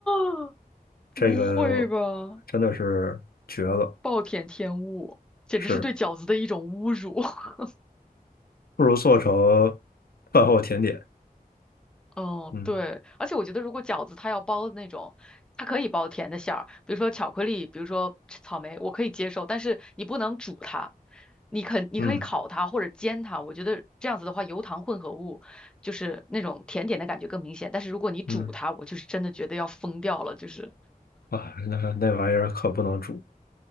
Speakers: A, in the centre; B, on the left.
A: <gasps> 不会吧？
B: 这个真的是绝了。
A: 暴殄天物，简直是对饺子的一种侮辱。
B: 是，
A: <laughs>
B: 不如做成饭后甜点。
A: 嗯，
B: 嗯
A: 对，而且我觉得如果饺子它要包那种，它可以包甜的馅儿，比如说巧克力，比如说草莓，我可以接受，但是你不能煮它，你肯你可以烤它或者煎它，
B: 嗯
A: 我觉得这样子的话，油糖混合物就是那种甜点的感觉更明显，但是如果你煮它，
B: 嗯，
A: 我就是真的觉得要疯掉了，就是。
B: 啊，那那玩意儿可不能煮。